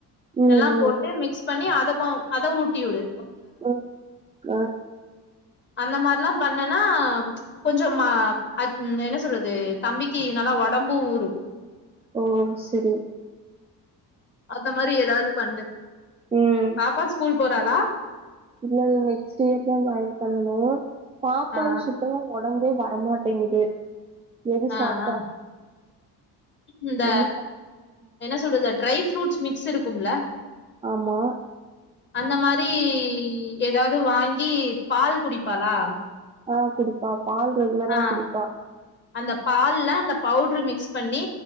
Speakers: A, on the right; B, on the left.
A: ம் ம்
B: எல்லாம் போட்டு மிக்ஸ் பண்ணி அதப்ப அத ஊட்டிவிடு
A: ஹம் க
B: அந்த மாரிலா பண்ணேனா கொஞ்சமா என்ன சொல்றது தம்பிக்கு நல்லா ஒடம்பு ஊரு
A: ஓ செரி
B: அந்த மாரி எதாவது பண்ணு
A: ம்
B: பாப்பா ஸ்கூல் போறாளா
A: இல்ல இல்ல நெக்ஸ்ட் இயர்தா ஜாயின் பண்ணணு பாப்பாவு
B: ஆ
A: சுத்தமா ஒட ஒடம்பே வரமாட்டேங்குது எது
B: ஆ
A: சாப்ட்டாலு
B: ஆ இந்த
A: என்ன <inaudible>
B: என்ன சொல்றது ட்ரை ஃப்ரூட்ஸ் மிக்ஸ் இருக்கும்ல
A: ஆமா
B: அந்த மாரி எதாவது வாங்கி பால் குடிப்பாளா
A: ஆ குடிப்பா பால் ரெகுலரா
B: ஆ
A: குடிப்பா
B: அந்த பால்ல அந்த பவுடரு மிக்ஸ் பண்ணி